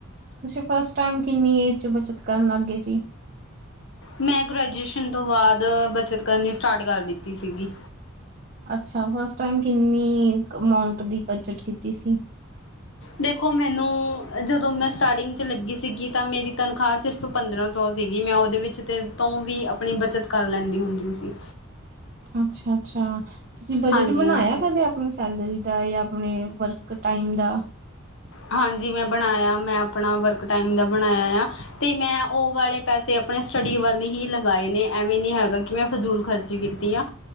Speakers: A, on the right; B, on the left.
A: ਤੁਸੀਂ ਫਸਟ ਟਾਈਮ ਕਿੰਨੀ ਏਜ ਚ ਬੱਚਤ ਕਰਨ ਲੱਗ ਗਏ ਸੀ।
B: ਮੈਂ ਗ੍ਰੈਜੂਏਸ਼ਨ ਤੋਂ ਬਾਅਦ ਬਚਤ ਕਰਨੀ ਸਟਾਰਟ ਕਰ ਦਿੱਤੀ ਸੀਗੀ।
A: ਅੱਛਾ, ਫਸਟ ਟਾਈਮ ਕਿੰਨੀ ਅਮਾਊਂਟ ਦੀ ਬਜਟ ਕੀਤੀ ਸੀ।
B: ਦੇਖੋ ਮੈਨੂੰ ਜਦੋਂ ਮੈਂ ਸਟਾਰਟਿੰਗ ਚ ਲੱਗੀ ਸੀਗੀ ਤਾਂ ਮੇਰੀ ਤਨਖਾਹ ਸਿਰਫ ਪੰਦਰਾਂ ਸੌ ਸੀਗੀ ਮੈਂ ਉਹਦੇ ਵਿੱਚ ਤੇ ਤੋਂ ਵੀ ਆਪਣੀ ਬੱਚਤ ਕਰ ਲੈਂਦੀ ਹੁੰਦੀ ਸੀ।
A: ਅੱਛਾ, ਅੱਛਾ ਤੁਸੀਂ ਬਜਟ
B: ਹਾਂਜੀ,
A: ਬਣਾਇਆ
B: ਹਾਂਜੀ।
A: ਕਦੇ ਆਪ ਆਪਣੀ ਸੈਲਰੀ ਦਾ ਜਾਂ ਆਪਣੇ ਵਰਕ ਟਾਈਮ ਦਾ
B: ਹਾਂਜੀ, ਮੈਂ ਬਣਾਇਆ ਮੈਂ ਆਪਣਾ ਵਰਕ ਟਾਈਮ ਦਾ ਬਣਾਇਆ ਆ। ਤੇ ਮੈਂ ਉਹ ਵਾਲੇ ਪੈਸੇ ਆਪਣੇ ਸਟੱਡੀ ਵੱਲ ਹੀ ਲਗਾਏ ਨੇ ਐਵੇਂ ਨਹੀਂ ਹੈਗਾ ਕਿ ਮੈਂ ਫਜ਼ੂਲ ਖਰਚੀ ਕੀਤੀ ਆ।